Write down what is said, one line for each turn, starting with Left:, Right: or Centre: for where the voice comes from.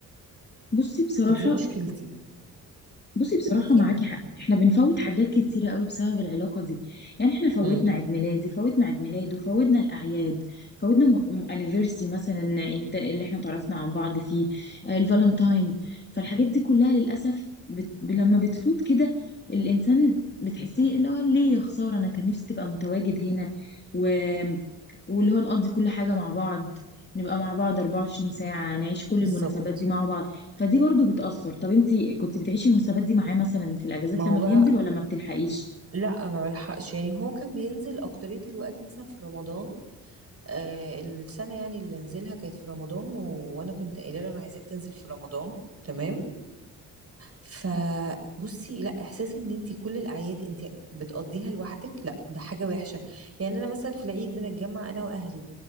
Left: بصي بصراحة
Right: فدي مشكلتي
Left: بصي بصراحة معاكي
Right: يعني
Left: حق احنا بنفوت حاجات كتيرة قوي بسبب العلاقة دي يعني احنا فوتنا
Right: مم.
Left: عيد ميلادي فوتنا عيد ميلاده فوتنا الأعياد فوتنا انيفرسي مثلا عيد اللي احنا تعرفنا عن بعض فيه آه، الفالنتاين فالحاجات دي كلها للأسف بت... ب- لما بتفوت كده الإنسان بتحسيه اللي هو ليه يا خسارة أنا كان نفسي تبقى متواجد هنا و... واللي هو نقضي كل حاجة مع بعض نبقى مع بعض 24 ساعة نعيش كل
Right: بالظبط
Left: المناسبات دي مع بعض فدي برضو بتأثر طب انتي كنت بتعيشي المناسبات دي معاه مثلا في الأجازات
Right: ما هو
Left: لما
Right: بقى
Left: بينزل ولا ما بتلحقيش
Right: لا ما بلحقش يعني هو كان بينزل اكترية الوقت مثلا في رمضان آه السنة يعني اللي نزلها كانت في رمضان و... وانا كنت قايله له انا عايزاك تنزل في رمضان تمام فبصي لا احساس ان انت كل الاعياد انت بتقضيها لوحدك لا ده حاجة وحشة يعني انا مثلا في العيد بنتجمع انا واهلي